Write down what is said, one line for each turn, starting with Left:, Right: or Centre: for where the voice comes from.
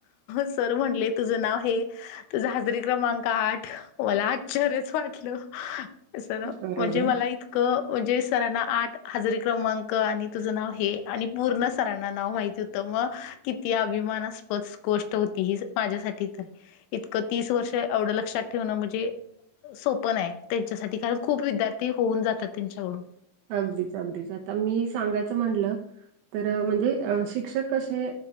Left: सर म्हटले तुझं नाव हे. तुझा हजरी क्रमांक आठ मला आश्चर्यच वाटलं. सर
Right: बरोबर
Left: म्हणजे मला इतकं म्हणजे सरांना आठ हजरीे क्रमांक आणि तुझं नाव हे. आणि पूर्ण सरांना नाव माहिती होतं मग किती अभिमानास्पद गोष्ट होती ही माझ्यासाठी तर इतकं तीस वर्ष एवढं लक्षात ठेवणं म्हणजे सोप नाय, आहे त्यांच्यासाठी कारण खूप विद्यार्थी होऊन जातात त्यांच्याकडून
Right: अगदीच अगदीच आता मी सांगायचं म्हणलं. तर म्हणजे शिक्षक कसे